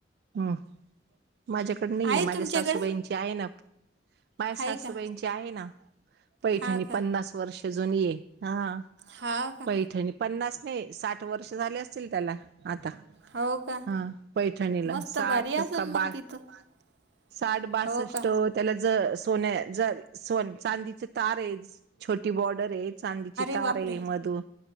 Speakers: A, on the right; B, on the right.
A: हम्म, माझ्याकड नाहीये.
B: आहे
A: माझ्या
B: तुमच्याकडे
A: सासूबाईची आहे ना, माय
B: आहे
A: सासूबाईची
B: का
A: आहे ना, पैठणी
B: हा का
A: पन्नास वर्ष जुनी ये. हा
B: हा का
A: पैठणी पन्नास नाही. साठ वर्ष झाले असतील त्याला, आता
B: हो का
A: हा पैठणीला.
B: मस्त
A: साठ
B: भारी असेल
A: कबा
B: मग <inaudible>
A: साठ बासष्ट
B: हो का?
A: त्याला ज सोन्या जर सोन चांदीचे तार आहेच. छोटी बॉर्डर आहे. चांदीची तार
B: छोटे
A: आहे मधुन